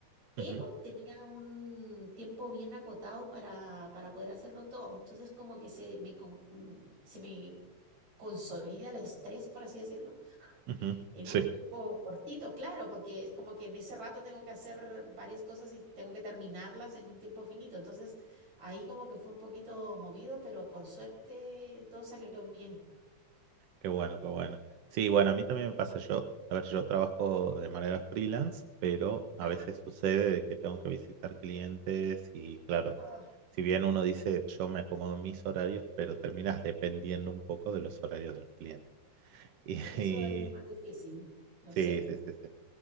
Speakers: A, on the right; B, on the right.
A: pero
B: Ujú,
A: tenía un tiempo bien acotado para, para poder hacerlo todo. Entonces como que se me, con- mm, se me consolida el estrés, por así decirlo,
B: ujú.
A: en
B: Sí.
A: un tiempo cortito, claro, porque es como que en ese rato tengo que hacer varias cosas y tengo que terminarlas en un tiempo finito. Entonces ahí como que fue un poquito movido, pero por suerte todo salió bien.
B: Qué bueno, qué bueno. Sí, bueno, a mí también me pasa yo. A ver, yo trabajo de manera freelance, pero a
A: Ajá.
B: veces sucede de que tengo que visitar clientes y claro,
A: Ah,
B: si bien uno dice yo me acomodo en mis horarios, pero terminas <laughs> dependiendo un poco de los horarios de los clientes. Y,
A: eso
B: y-
A: es lo más difícil, lo
B: sí,
A: sé.
B: sí, sí, sí.